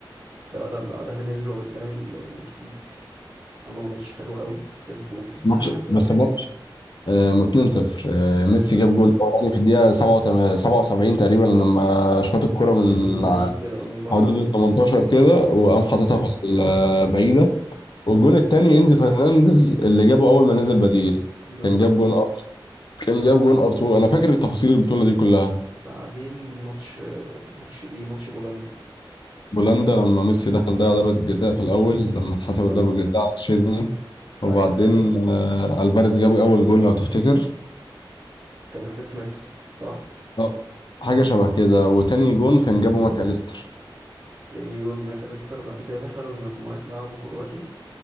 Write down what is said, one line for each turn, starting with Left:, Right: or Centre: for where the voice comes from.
Right: فعلا بعدها نزلوا قدام المكسيك عملوا ماتش حلو قوي كسبوا كسبوا
Left: ماتش
Right: ساعتها 1-0
Left: بس ماتش آه، 2-0 آه،
Right: 2-0
Left: ميسي جاب جول اولاني في الدقيقه 77 77 تقريبا لما شاط الكره من
Right: من بعيد
Left: ع-
Right: كده أو من بره
Left: حدود ال 18 كده وقام
Right: مم.
Left: حاططها في البعيده والجون الثاني انزي فرنانديز اللي جابه اول ما نزل بديل
Right: بالظبط
Left: كان جاب جون ار كان جاب جون ار 2 انا فاكر التفاصيل البطوله دي كلها
Right: بعدين ماتش ماتش إيه ماتش بولندا
Left: بولندا لما ميسي دخل ضيع ضربه الجزاء في الاول لما اتحسبت
Right: بالظبط
Left: ضربه جزاء على تشيزني
Right: ساعتها
Left: وبعدين آه، الفاريز جاب اول جون لو تفتكر
Right: كان أسيست ميسي صح
Left: آه، حاجه شبه كده وتاني جون كان جابه ماكاليستر
Right: تاني جون ماكاليستر بعد كده دخلوا المجموعات لعبوا كرواتيا